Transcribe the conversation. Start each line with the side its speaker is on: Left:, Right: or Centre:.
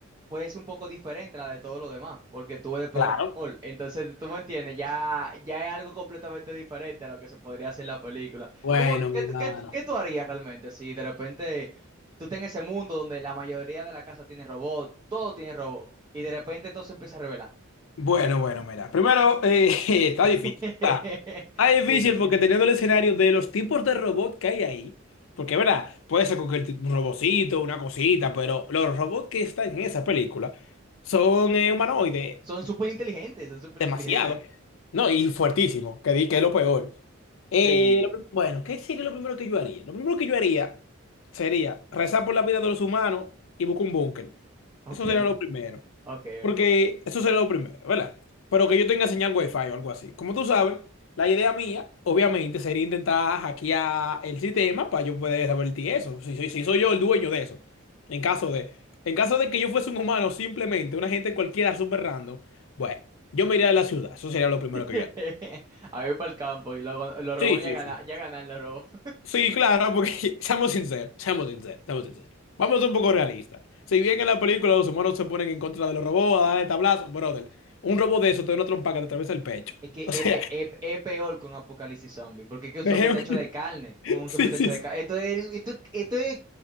Right: pues es un poco diferente a la de todos los demás, porque tú eres programador.
Left: Claro.
Right: Entonces, tú me entiendes, ya, ya es algo completamente diferente a lo que se podría hacer en la película.
Left: Bueno,
Right: ¿Cómo, tú- qué,
Left: mi hermano.
Right: tú- qué, tú- qué tú harías realmente si de repente tú estás en ese mundo donde la mayoría de la casa tiene robot, todo tiene robot, y de repente todo se empieza a revelar?
Left: Bueno, bueno, mira. Primero, eh, <laughs> está difícil.
Right: <laughs>
Left: Está, está difícil
Right: Sí, sí.
Left: porque teniendo el escenario de los tipos de robot que hay ahí, porque, ¿verdad? Puede ser cualquier tipo, un robocito, una cosita, pero los robots que están en esa película son eh, humanoides.
Right: Son súper inteligentes, son súper
Left: demasiado.
Right: inteligentes.
Left: No, y fuertísimo, que di que es lo peor. Eh,
Right: Sí,
Left: lo prim- bueno, ¿qué sería lo primero que yo haría? Lo primero que yo haría sería rezar por la vida de los humanos y buscar un búnker.
Right: ok,
Left: Eso sería lo primero.
Right: ok,
Left: Porque
Right: ok.
Left: eso sería lo primero, ¿verdad? Pero que yo tenga señal wifi o algo así. Como tú sabes, la idea mía, obviamente, sería intentar hackear el sistema para yo poder revertir eso. Si, si- si soy yo el dueño de eso. En caso de, en caso de que yo fuese un humano, simplemente una gente cualquiera super random, bueno, yo me iría de la ciudad. Eso sería lo primero
Right: <laughs>
Left: que yo haría.
Right: A ir para el campo y lo- los robots
Left: Sí,
Right: ya
Left: sí,
Right: ganan,
Left: sí.
Right: ya ganan los robots.
Left: Sí, claro, porque <laughs> seamos sinceros, seamos sinceros, seamos sinceros. Vamos a ser un poco realistas. Si bien en la película los humanos se ponen en contra de los robots a darle tablazo, brother, un robot de eso te da una trompa que te atraviesa el pecho.
Right: Es que
Left: O
Right: es,
Left: sea,
Right: pe- es- es peor que un apocalipsis zombie, porque es que un
Left: <laughs> dejemos.
Right: zombie está hecho de carne, un
Left: Sí,
Right: zombie está
Left: sí,
Right: hecho de
Left: sí.
Right: carne. Esto es, esto, esto es